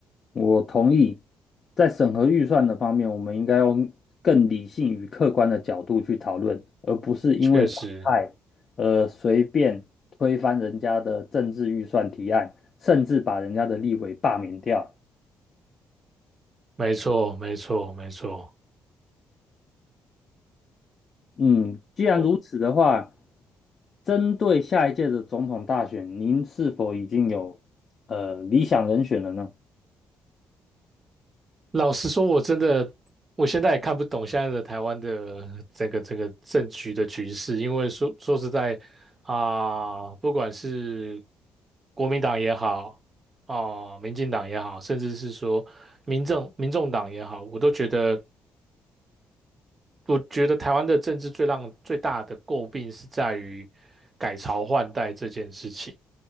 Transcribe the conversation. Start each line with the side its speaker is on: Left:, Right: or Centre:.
Left: 我同意。在审核预算的方面，我们应该用更理性与客观的角度去讨论，而不是因为党派而随便推翻人家的政治预算提案，
Right: 确实，
Left: 甚至把人家的立委罢免掉。
Right: 没错，没错，没错。
Left: 嗯，既然如此的话，
Right: 我。
Left: 针对下一届的总统大选，您是否已经有呃理想人选了呢？
Right: 老实说，我真的，我现在也看不懂现在的台湾的这个这个政局的局势，因为说说实在啊、不管是国民党也好，哦、民进党也好，甚至是说民政民众党也好，我都觉得我觉得台湾的政治最让最大的诟病是在于改朝换代这件事情。